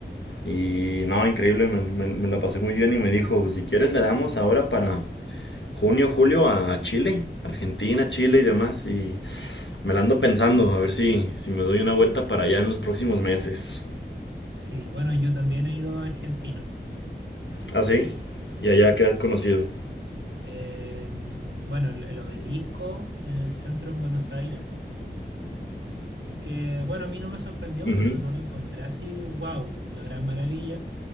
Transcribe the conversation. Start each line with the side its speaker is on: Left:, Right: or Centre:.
Left: Y no, increíble, me, me- me la pasé muy bien y me dijo, si quieres le damos ahora para junio, julio a Chile, Argentina, Chile y demás. Y me la ando pensando, a ver si, si me doy una vuelta para allá en los próximos meses.
Right: sí, bueno, yo también he ido a Argentina.
Left: ¿Ah, sí? Y
Right: Sí.
Left: allá que has conocido.
Right: Eh, mm, bueno, el, el obelisco en el centro en Buenos Aires, que bueno, a mí no me sorprendió
Left: Ujú.
Right: mucho, no lo encontré así, wow, la gran maravilla,